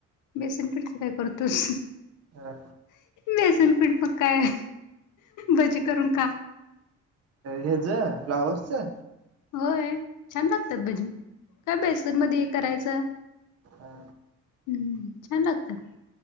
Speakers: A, on the left; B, on the right.
A: बेसन पिठचं काय करतूस
B: हा
A: बेसन पीठ मग काय भजी करून खा
B: ह्यज फ्लावर्सचं
A: होय,, छान लागत्यात भजी,, काय बेसन मध्ये हे करायचं
B: हा
A: हम्म, छान लागत्यात,